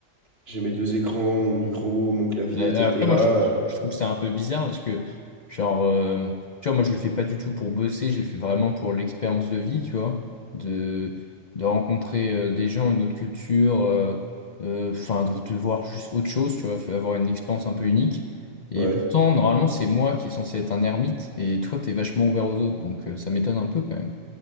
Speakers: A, on the right; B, on the left.
A: j'ai mes deux écrans, mon micro, mon clavier,
B: Euh, euh,
A: etc.
B: Après, moi, je
A: euh,
B: trouve, je trouve ça un peu bizarre parce que, genre, euh, tu vois, moi, je le fais pas du tout pour bosser, je le fais vraiment pour l'expérience de vie, tu vois, de, de rencontrer euh, des gens, une autre culture, euh, euh, enfin, de, de voir juste autre chose, tu vois, faut avoir une expérience un peu unique. Et
A: ouais.
B: pourtant, normalement, c'est moi qui est censé être un ermite et toi, t'es vachement ouvert aux autres, donc euh, ça m'étonne un peu quand même.